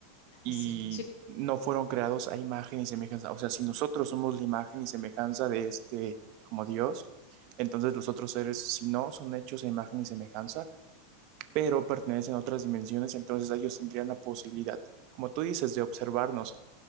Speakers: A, on the right; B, on the left.
A: y
B: Ah, Sí, yo sí
A: no fueron creados a imagen y semejanza, o sea, si nosotros somos la imagen y semejanza de este como Dios, entonces los otros seres, si no son hechos a imagen y semejanza, pero pertenecen a otras dimensiones, entonces ellos tendrían la posibilidad, como tú dices, de observarnos,